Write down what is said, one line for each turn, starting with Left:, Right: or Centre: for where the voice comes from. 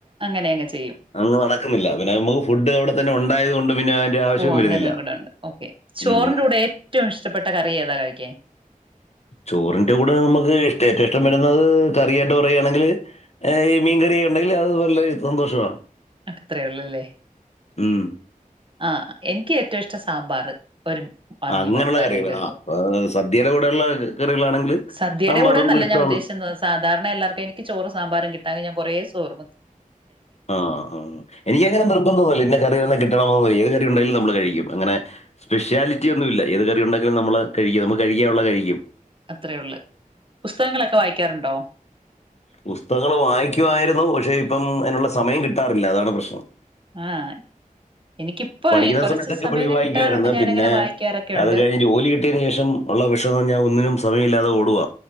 Right: ങ്ങ ചെയ്യും
Left: അങ്ങ് നടക്കുന്നില്ല പിന്നെ നമുക്ക് ഫുഡ് അവിടെത്തന്നെ ഉണ്ടായത് കൊണ്ട് പിന്നെ ആവശ്യവും
Right: ഓ അങ്ങനെയും
Left: വരുന്നില്ല
Right: കൂടെ ഉണ്ട് ഓക്കേ ചോറിന്റെ
Left: ഉം.
Right: കൂടെ ഏറ്റവും ഇഷ്ടപ്പെട്ട കറി ഏതാ കഴിക്കാൻ
Left: ചോറിന്റെ കൂടെ നമുക്ക് ഇഷ്ട ഏറ്റവും ഇഷ്ടം വരുന്നത് കറിയായിട്ട് പറയുകയാണെങ്കിൽ ഈ മീൻ കറി ഉണ്ടെങ്കിൽ അത് വല്ല സന്തോഷമാണ്
Right: അത്രയൊള്ളല്ലേ
Left: ഉം
Right: ആഹ് എനിക്ക് ഏറ്റവും ഇഷ്ടം സാമ്പാർ ആഹ്
Left: ആ,
Right: മീൻ
Left: അങ്ങനെയുള്ള
Right: വർത്തത്
Left: കറികൾ
Right: അല്ലെങ്കിൽ ഒരു
Left: ആ
Right: പപ്പടം
Left: ഏഹ് സദ്യയുടെ കൂടെയുള്ള കറികളാണെങ്കിൽ
Right: സദ്യയുടെ
Left: സാമ്പാറും
Right: കൂടെന്നല്ല
Left: ഇഷ്ടമാണ്
Right: ഞാൻ ഉദ്ദേശിക്കുന്നത് സാധാരണ എല്ലർക്കും എനിക്ക് ചോറും സാമ്പാറും കിട്ടാങ്കി ഞാൻ കുറെ ചോർണും
Left: ആഹ് എനിക്കങ്ങനെ നിർബന്ധംന്നില്ല ഇന്ന കറിയെന്നെ കിട്ടണമെന്നൊന്നില്ല ഏത് കറി ഉണ്ടായാലും നമ്മൾ കഴിക്കും അങ്ങനെ സ്പെഷ്യാലിറ്റി ഒന്നും ഇല്ല ഏത് കറി ഉണ്ടെങ്കിലും നമ്മള് കഴിക്കും നമുക്ക് കഴിക്കാനുള്ള കഴിക്കും
Right: അത്രേ ഉള്ള് പുസ്തകങ്ങളൊക്കെ വായിക്കാറുണ്ടോ?
Left: പുസ്തകങ്ങള് വായിക്കുവായിരുന്നു പക്ഷെ ഇപ്പം അതിനുള്ള സമയം കിട്ടാറില്ല അതാണ് പ്രശ്നം
Right: ആഹ് എനിക്കിപ്പോ
Left: പഠിക്കുന്ന
Right: കുറച്ച്
Left: സമയത്തൊക്കെ
Right: സമയമൊക്കെ
Left: എപ്പഴും വായിക്കുമായിരുന്നു
Right: കിട്ടാറുണ്ട് ഞാനങ്ങനെ
Left: പിന്നെ
Right: വായിക്കാറൊക്കെ
Left: അത്
Right: ഉണ്ട്
Left: കഴിഞ്ഞ് ജോലി കിട്ടിയതിന് ശേഷം ഉള്ള വെഷമം ഞാൻ ഒന്നിനും സമയമില്ലാതെ ഓടുവ